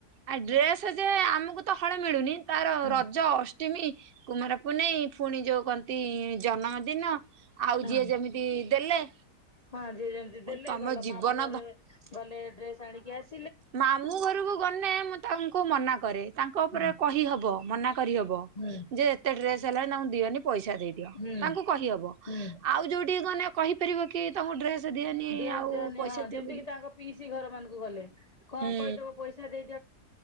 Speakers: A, on the right; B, on the left.
A: ଆ ଡ୍ରେସ ଯେ ଆମକୁ ତ ହଳେ ମିଳୁନି ତାର
B: ହଁ
A: ରଜ ଅଷ୍ଟିମୀ କୁମାର ପୁନେଇ ପୁଣି ଯୋଉ କନ୍ତି ଜନ୍ମ ଦିନ। ଆଉ ଯିଏ
B: ହଁ।
A: ଯେମିତି ଦେଲେ।
B: ହଁ ଯିଏ ଯେମତି ଦେଲେ
A: ତମ
B: ଗଲ
A: ଜୀବନ
B: ମାମୁଁ ଘରେ ଗଲେ ଡ୍ରେସ ଆଣିକି ଆସି
A: ମାମଁ ଘରକୁ ଗଲେ ମୁଁ ତାଙ୍କୁ ମନା କରେ ତାଙ୍କ ଉପରେ
B: ହୁଁ
A: କହିହବ ମନା କରିହବ
B: ହୁଁ
A: ଯେ ଏତେ ଡ୍ରେସ ହେଲା ତାଙ୍କୁ ଦିଅନି। ପଇସା ଦେଇ ଦିଅ
B: ହୁଁ
A: ତାଙ୍କୁ କହିହବ,
B: ହୁଁ।
A: ଆଉ ଯୋଉଠି ଗନେ କହିପାରିବ କି ତାଙ୍କୁ ଡ୍ରେସ ଦିଅନି
B: ଦେଆନିଆ
A: ଆଉ ପଇସା
B: ହଁ
A: ଦିଅ
B: ଯେମିତି
A: ବୋଲି।
B: କିି ତାଙ୍କ ପିଇସି ଘର ମାନଙ୍କୁ ଗଲେ କଣ
A: ହୁଁ
B: କହିଦବ ପଇସା ଦେଇ